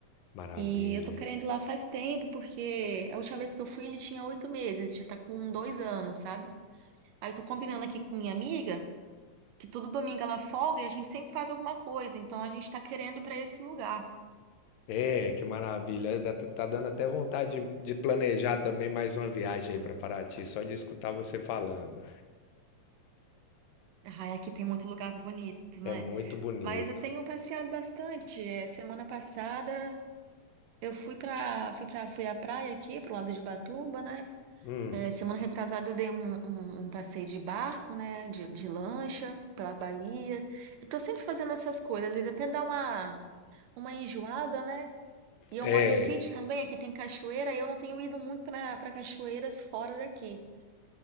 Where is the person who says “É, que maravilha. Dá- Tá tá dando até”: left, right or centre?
Left